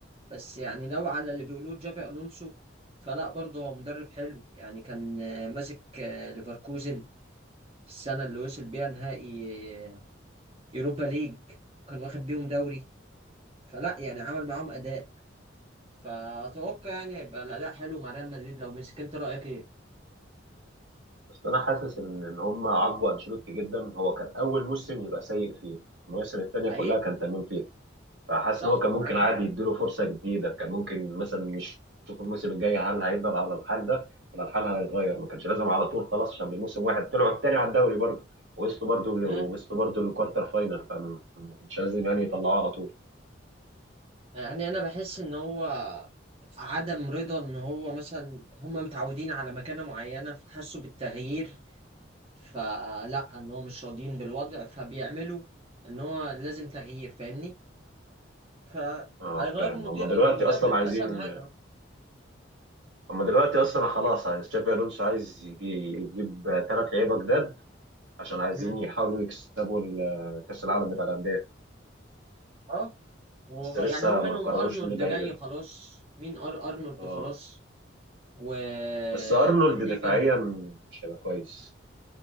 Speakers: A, on the right (about 30°); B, on the right (about 70°).
A: بس يعني لو على اللي بيقولوه جابي الونسو فلا برضه هو مدرب حلو يعني كان آه، ماسك آه، ليفركوزن في السنه اللي وصل بيها نهائي آه، يوروبا ليج كان واخد بيهم دوري فلا يعني عمل معاهم اداء فاتوقع يعني هيبقى الاداء حلو مع ريال مدريد لو مسك انت رايك ايه
B: بس انا حاسس ان ان هم عاقبوا انشيلوتي جدا هو كان اول موسم يبقى سيء فيه المواسم الثانيه
A: حقيقي
B: كلها كان تمام فيها فحاسس
A: صح
B: ان هو كان ممكن
A: معاك
B: عادي
A: حق
B: يديله فرصه جديده كان ممكن مثلا نشوف الموسم الجاي هل هيفضل على الحال ده ولا الحال هيتغير ما كانش لازم على طول خلاص عشان بموسم واحد طلعوا التاني على الدوري برضه ووصلوا برضه ووصلوا
A: مم.
B: برضه للكوارتر فاينل فما كانش لازم يعني يطلعوه على طول
A: يعني انا بحس ان هو عدم رضا ان هو مثلا هم متعودين على مكانة معينة فحسوا بالتغيير فلا ان هو مش راضيين بالوضع فبيعملوا ان هو لازم تغيير فاهمني فهيغيروا
B: اه فاهم
A: المدير
B: هم دلوقتي
A: المدرب
B: اصلا عايزين
A: اسهل حاجه
B: هم دلوقتي اصلا خلاص عايز تشافي الونسو عايز يجي- يجيب ثلاث لعيبه جداد عشان عايزين
A: مم.
B: يحاولوا يكسبوا ال- كاس العالم بتاع الانديه
A: اه وه-
B: بس لسه
A: يعني هو منهم
B: ما قرروش
A: ارنولد
B: مين اللعيبه
A: جاي
B: دي
A: خلاص مين أر ارنولد
B: اه
A: خلاص وتقريبا
B: بس ارنولد دفاعيا مش هيبقى كويس